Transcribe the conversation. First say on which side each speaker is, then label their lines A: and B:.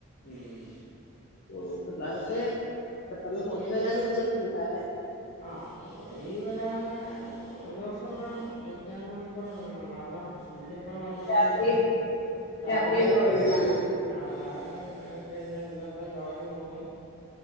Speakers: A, on the left; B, on the left.
A: ഉം
B: ഓ പിള്ളാർക്ക് പെട്ടെന്ന് പോയി വരാനൊക്കെ ബുദ്ധിമുട്ടാല്ലേ
A: ആ പോയി വരാന് ഒരൂസം വേണം ഇരുപത്തിനാല് മണിക്കൂറ് എടുക്കണം കാരണം ഇന്നിപ്പോ നമ്മൾ
B: രാത്രി
A: ഇവിടുന്ന് രാവിലെ
B: രാത്രി ഒരു പകലും
A: ട്രെയിന്
B: വേണം
A: ആ രാവിലെ കഴിച്ച് കഴിഞ്ഞാ ഇന്നത്തെ പകല് മൊത്തോം